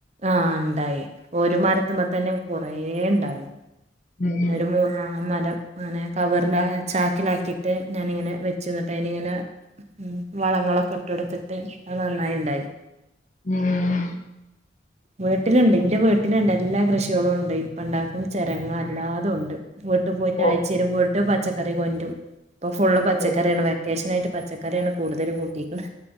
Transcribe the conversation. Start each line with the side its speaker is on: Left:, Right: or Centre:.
Right: ആഹ ഇണ്ടായി ഒരുമരത്തുമ്മ തന്നെ കുറേ ഇണ്ടായി.
Left: ഉം
Right: ഒരു മൂന്നാ ആ മരം അങ്ങനെ കവറില ചാക്കിലാക്കിയിട്ട് ഞാനിങ്ങനെ വെച്ചുന്നിട്ട് അയിലിങ്ങനെ. ഉ വളങ്ങളൊക്കെ ഇട്ട് കൊടുത്തിട്ട് അത് നന്നായി ഇണ്ടായി.
Left: ഉം
Right: വീട്ടിലുണ്ട് ഇന്റെ വീട്ടിലുണ്ട് എല്ലാ കൃഷികളും ഉണ്ട് ഇപ്പ ഉണ്ടാക്കും െചരങ്ങ എല്ലാതുണ്ട്. വീട്ട് പോയിട്ട്
Left: ഓ
Right: ആഴ്ച്ചയില് വീട്ട് പച്ചക്കറി കൊണ്ടും ഇപ്പൊ ഫുള് പച്ചക്കറിയാണ്
Left: ഉം
Right: വെ വെക്കേശനായിട്ട് പച്ചക്കറിയാണ് കൂടുതൽ കൂട്ടിക്ക്ണ്.